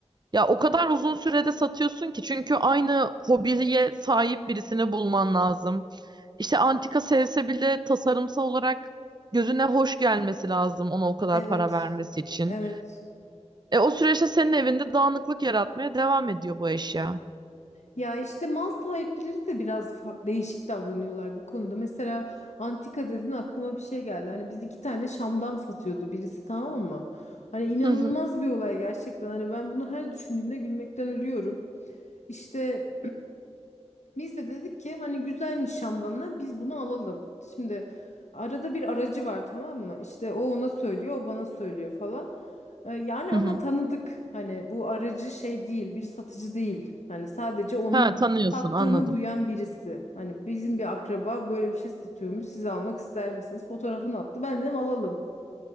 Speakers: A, on the right; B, on the left.
A: ya o kadar uzun sürede satıyorsun ki çünkü aynı hobiye sahip birisini bulman lazım. İşte antika sevse bile tasarımsal olarak gözüne hoş gelmesi lazım ona o kadar
B: Evet.
A: para vermesi için.
B: Evet.
A: E, o süreçte senin evinde dağınıklık yaratmaya devam ediyor bu eşya.
B: Ya işte mal sahipleri de biraz fa- değişik davranıyorlar bu konuda. Mesela antika dedin aklıma bir şey geldi. Hani biz iki tane şamdan satıyordu birisi tamam mı? Hani inanılmaz
A: Hı hı.
B: bir olay gerçekten. Hani ben bunu her düşündüğümde gülmekten ölüyorum. İşte biz de dedik ki hani güzelmiş şamdanlar biz bunu alalım. Şimdi arada bir aracı var tamam mı? İşte o ona söylüyor o bana söylüyor falan. Ee, yani
A: Hı
B: ama
A: hı.
B: tanıdık hani bu aracı şey değil bir satıcı değil. Hani sadece onun
A: Ha tanıyorsun
B: sattığını
A: anladım.
B: duyan birisi. Hani bizim bir akraba böyle bir şey satıyormuş siz almak ister misiniz? Fotoğrafını attı ben dedim alalım.